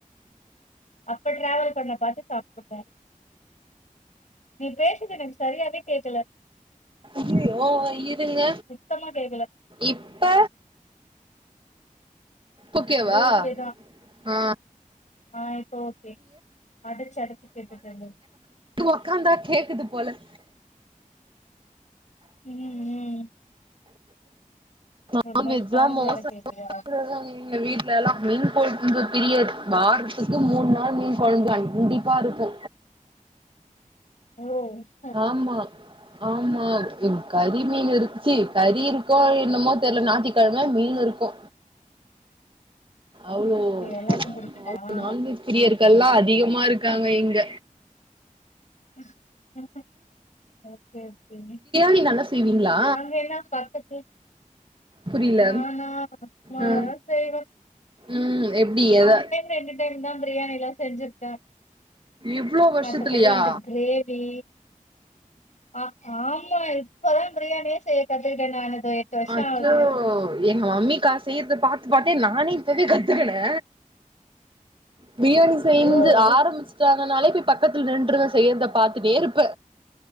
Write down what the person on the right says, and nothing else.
ஐயியோ இருங்க
இப்ப ஓகேவா
ஆ
இது ஒக்காந்தா கேக்குது போல
நான்வெஜ்லா
<inaudible> எங்க வீட் நாலா மீன் கொழும்பு பிரியர் வாரத்துக்கு மூண் நாள் மீன் கொழும்பு கண்டிப்பா இருக்கு
ஆம்மா ஆம்மா கறி மீன் இருன்ச்சி கறி இருக்கோ என்னமோ தெர்ல நாத்திக்கெழம மீன் மீனுருக்கு அவ்ளோ
அவ்ளோ நான்வெஜ் பிரியர்கள்லா அதிகமா இருக்காங்க இங்க
வீ நல்லா செய்வீங்ளா
புரில
ஆ
ம் எப்டி எதா
இவ்ளோ வருஷத்துலயா
அச்சோ
எங் மம்மிக்கா செய்றது பாத்து பாத்தே நானே இப்பவே கத்துக்குனே பிரியாணி செய்ந்து
ஆரம்பிச்சுட்டாங்கனாலே போய் பக்கத்துல நின்றுவ செய்யறத பாத்துட்டே இருப்ப